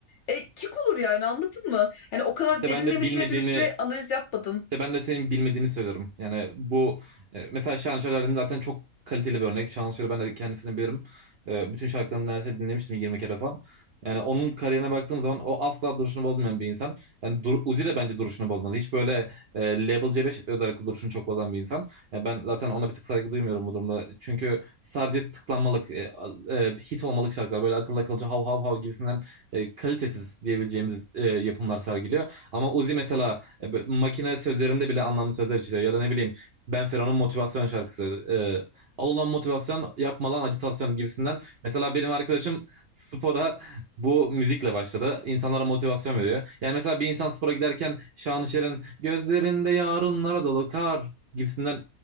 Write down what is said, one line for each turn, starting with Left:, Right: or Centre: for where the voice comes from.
Left: e, kek olur yani anladın mı? Hani o kadar
Right: İşte
Left: derinlemesine
Right: ben de bilmediğini
Left: de üstüne analiz yapmadım.
Right: İşte ben de senin bilmediğini söylüyorum. Yani bu e, mesela Şahan Şalar'ın zaten çok kaliteli bir örnek. Şahan Şalar'ı ben de kendisini bilirim. E, bütün şarkılarını neredeyse dinlemiştim 20 kere falan. Yani onun kariyerine baktığım zaman o asla duruşunu bozmayan bir insan. Yani dur, Uzi de bence duruşunu bozmadı. Hiç böyle e, Label C5 özellikle duruşunu çok bozan bir insan. Yani ben zaten ona bir tık saygı duymuyorum bu durumda. Çünkü sadece tıklanmalık, e, a- e, hit olmalık şarkılar böyle akıllı akılcı hav hav hav gibisinden e, kalitesiz diyebileceğimiz e, yapımlar sergiliyor. Ama Uzi mesela e, bö- makine sözlerinde bile anlamlı sözler içeriyor. Ya da ne bileyim Ben Fero'nun motivasyon şarkısı. E, al ulan motivasyon yapma lan acitasyon gibisinden. Mesela benim arkadaşım spora bu müzikle başladı. İnsanlara motivasyon veriyor. Yani mesela bir insan spora giderken Şanışer'in gözlerinde yarınlara dolu kar gibisinden